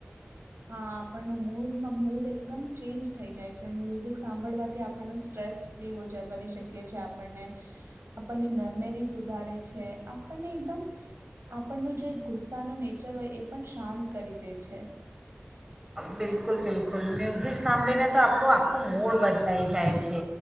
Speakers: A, on the right; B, on the right.
A: હા આપણનો મૂડ મૂડ એકદમ ચેન્જ થઈ જાય છે મ્યુઝિક સાંભળવાથી આપણ સ્ટ્રેસ ફ્રી બની શકી છે આપણને આપણની મેમેરી સુધારે છે આપણને એકદમ આપણનો જે ગુસ્સાનું નેચર હોય એ પણ શાંત કરી દે છે.
B: બિલકુલ-બિલકુલ મ્યુઝિક સાંભળીને તો આપણું આખું આખું મૂળ બદલાઈ જાય છે